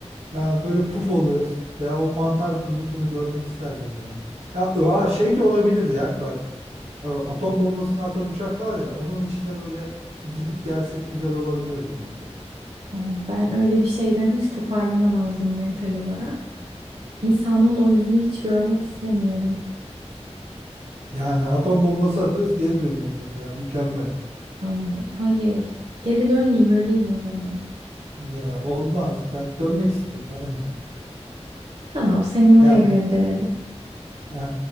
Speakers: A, on the right (about 80°); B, on the right (about 50°).
A: Ya böyle puf oluyoruz. Veya o mantar bulutunu görmek isterdim ya. Ya aa, şey de olabilir ya bak. o Atom bombasını atan uçak var ya onun içinde böyle bir gidip gelsek güzel olabilirdi bence.
B: Ay ben öyle bir şeyden hiç toparlanamazdım mental olarak. İnsanlığın o yüzünü hiç görmek istemiyorum.
A: Yani atom bombası atıyoruz geri dönüyoruz mesela mükemmel.
B: Ay hayır. Geri dönmeyeyim öleyim o zaman.
A: Ya olmaz. Ben dönmek istiyorum. Bana ne?
B: Tamam seni
A: <laughs>
B: oraya
A: Ya
B: gönderelim.
A: Ee,